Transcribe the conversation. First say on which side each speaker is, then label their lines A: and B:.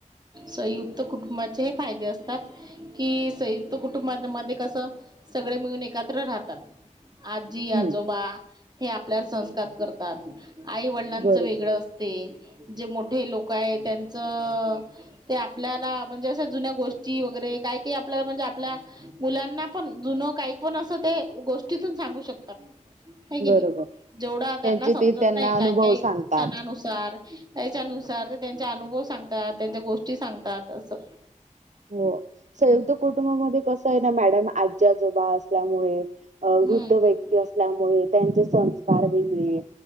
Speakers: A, on the right; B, on the right.
A: संयुक्त कुटुंबाचे हे फायदे असतात कि संयुक्त कुटुंबामध्ये कसं सगळे मिळून एकत्र राहतात आजी
B: हम्म
A: आजोबा हे आपल्यावर संस्कार करतात आई वडिलांचं
B: बरोबर
A: वेगळं ते जे मोठे लोक आहे त्यांचं ते आपल्याला म्हणजे अशा जुन्या गोष्टी वगैरे काय काही आपल्याला म्हणजे आपल्या मुलांना पण जुनं काही पण असं ते गोष्टीतून सांगू शकतात ह की
B: बरोबर
A: नाही जेवढा त्यांना
B: त्यांचे
A: समजत
B: ते त्यांना
A: नाही
B: अनुभव
A: काही काही क्षणानुसार
B: सांगतात
A: त्याच्यानुसार ते त्यांचे अनुभव सांगतात. त्यांच्या गोष्टी सांगतात असं,
B: हो संयुक्त कुटुंबामध्ये कस आहे ना मॅडम आजी आजोबा असल्यामुळे अ
A: हम्म
B: वृद्ध व्यक्ती असल्यामुळे त्यांचे संस्कार वेगळे